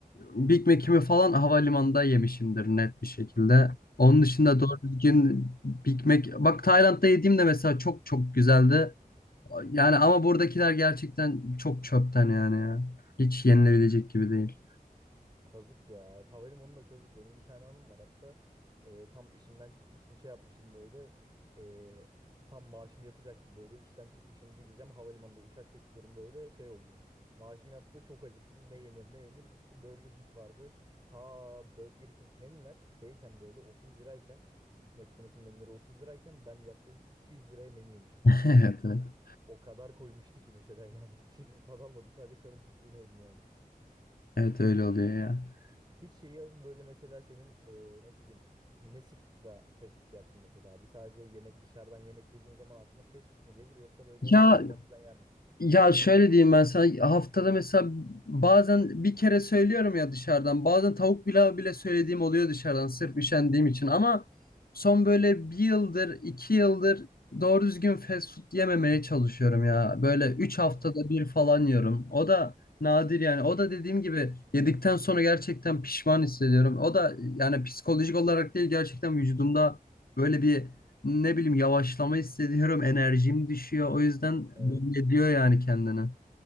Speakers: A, on the left; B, on the right.
A: Big Mac'imi falan havalimanında yemişimdir net bir şekilde. Onun dışında
B: Kazık.
A: doğru düzgün Big Mac bak Tayland'da yediğim de mesela çok çok güzeldi. Yani ama buradakiler gerçekten çok çöpten yani ya. Hiç yenilebilecek gibi değil.
B: Kazık ya. Havalimanı da kazık. Benim bir tane anım var. Hatta e, tam işimden çıkmıştım şey yapmıştım böyle. E, tam maaşım yatacaktı böyle. İşten çıkmışım gideceğim. Havalimanında uçak bekliyorum böyle şey oldu. Maaşım yattı çok acıktım. Ne yenir ne yenir gittim Burger King vardı. Ta Burger King menüler şeyken böyle 30 lirayken McDonald's'ın menüleri 30 lirayken ben yaklaşık 200 liraya menü yemiştim.
A: <laughs> Evet evet.
B: O kadar koymuştu ki mesela yani hiçbir şekilde tad almadım. Sadece karın tokluğunu yedim yani.
A: Evet öyle oluyor ya.
B: Hiç şeyi böyle mesela senin e, nasıl diyeyim ne sıklıkla fast food yersin mesela abi? Sadece yemek dışarıdan yemek yediğin zaman aklına fast food mu gelir yoksa böyle
A: Ya
B: şeyler falan yer misin?
A: Ya şöyle diyeyim ben sana haftada mesela bazen bir kere söylüyorum ya dışarıdan bazen tavuk pilav bile söylediğim oluyor dışarıdan sırf üşendiğim için ama son böyle bir yıldır iki yıldır doğru düzgün fast food yememeye çalışıyorum ya böyle üç haftada
B: Hı hı.
A: bir falan yiyorum o da nadir yani o da dediğim gibi yedikten sonra gerçekten pişman hissediyorum o da yani psikolojik olarak değil gerçekten vücudumda böyle bir ne bileyim yavaşlama hissediyorum, enerjim düşüyor. O yüzden
B: Evet.
A: belli ediyor yani kendini.